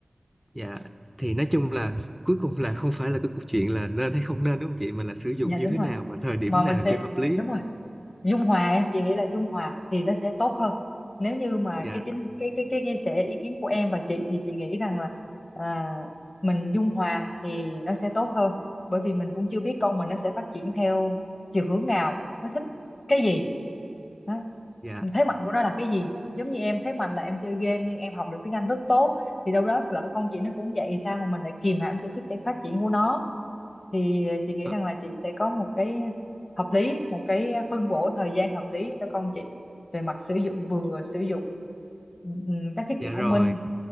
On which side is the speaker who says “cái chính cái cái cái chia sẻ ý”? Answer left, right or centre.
Left